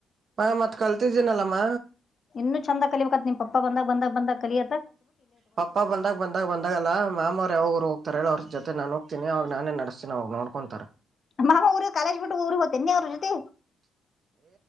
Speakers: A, on the right; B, on the left.
A: ಮ್ಮ ಮತ್ತ್ ಕಲ್ತಿದ್ದೀನಲ್ಲಮ್ಮ
B: ಇನ್ನು ಚಂದ ಕಲಿಬೇಕತ್ ನಿಮ್ ಪಪ್ಪಾ ಬಂದಾಗ ಬಂದಾಗ ಬಂದ ಕಲಿಯ
A: ಪಪ್ಪ ಬಂದಾಗ ಬಂದಾಗ ಬಂದಾಗಲ್ಲ ಮಾಮ್ರ ಯಾವಾಗರು ತರ ಹೇಳೋ ಅವ್ರ ಜೊತೆ ನ ಹೋಗ್ತೀನಿ ಅವಾಗ ನಾನೇ ನಸ್ತೀಿ ಅವ್ ನೋಡ್ಕೊಂತಾರ
B: ಮಾಮ್ಮ ಊರು ಕಾಲೇಜ್ ಬಿಟ್ಟು ಊರು ಹೊತ್ತನ್ನಿ ಅವ್ರು ಜೊತೆ